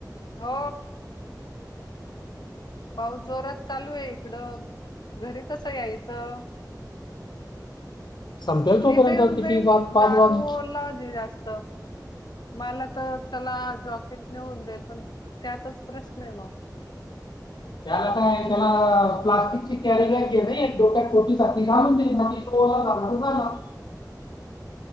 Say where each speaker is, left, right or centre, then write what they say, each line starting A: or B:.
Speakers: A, on the left; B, on the left.
A: हो. पाऊस जोरात चालू आहे इकडं. घरी कसं यायचं?
B: संपेल तोपर्यंत
A: मी तर येऊन
B: किती
A: जाईल
B: वाज पाच
A: दादू
B: वाज
A: ओला जास्त मला तर चला जॉकेट मिळून जाईल पण त्याचाच प्रश्न आहे मग
B: त्याला काय त्याला प्लास्टिकची कॅरी बॅग घे नाय डोक्या टोपी सारखी घालून दे मग ती. <unintelligible>